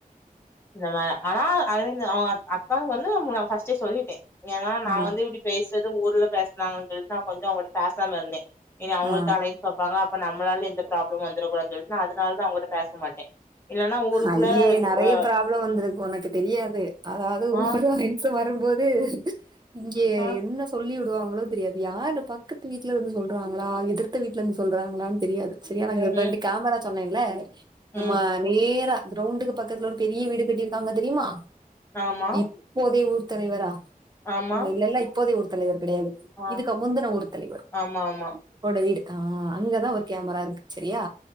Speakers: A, on the left; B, on the right.
A: நம்ம ஆனா அவிங்க அவுங்க அத் த வந்து நா ஃபஸ்ட்டே சொல்லிட்டே ஏனா நா
B: ஆ
A: வந்து இப்டி பேசுற து ஊர்ல பேசுனாங்கன் சொல் நா கொஞ்ச அவுங்கட்ட பேசாம இருந்தே இனி அவுங்களுக்கு
B: ஆ
A: அலயன்ஸ் பாப்பாங்க அப் நம்மளால எந்த ப்ராப்ளமு வந்துரக்கூடாதுன்டு நா அதுனால் தா அவுங்கட்ட பேச மாட்டே இல்லன்னா ஊருக்குள்ள
B: ஐய்ய நெறைய
A: அ
B: ப்ராப்ள வந்துருக்கு உனக்கு தெரியாது அதா அது ஒரு
A: ஆ
B: <unintelligible> இம்ச வ ரும்போது இங்கே
A: ஆ
B: என்ன சொல்லிரு வாங்களோ தெரியாது யாரு பக்கத்து வீட்லருந்து சொல்றாங்களா எதிர்த்த வீட்டுலந்து சொல்றாங்களான் தெரியாது செரியா நாங்க
A: ம்
B: ரெண்டு கேமராச் சொன்னேல்ல நம்ம
A: ம்
B: நேரா கிரௌண்டுக்கு பக்கத்துல ஒரு பெரிய வீடு கட்டியிருக்காங்க தெரியுமா
A: ஆமா
B: இப்போதய ஊர் தலைவரா
A: ஆமா
B: அங்க இல்ல இல்ல இப்போதே ஊர் தலைவர் கெடையாது
A: ஆ
B: இதுக்கு முந்துன ஊர் தலைவர்
A: ஆமா ஆமா
B: அவொரட வீடு ஆ அங்கதா ஒரு கேமரா இருக்கு சரியா